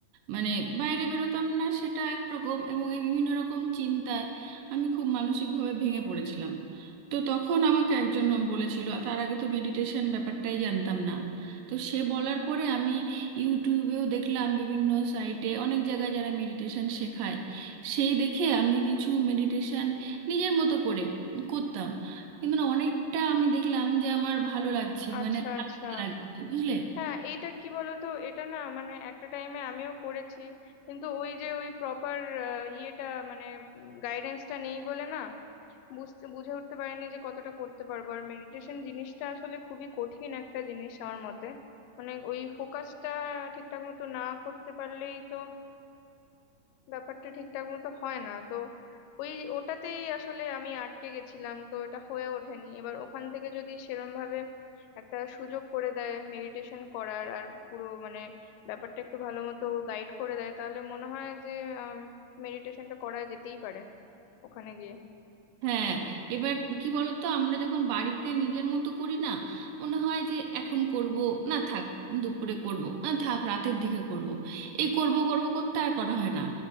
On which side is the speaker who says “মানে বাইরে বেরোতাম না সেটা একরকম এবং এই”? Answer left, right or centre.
Right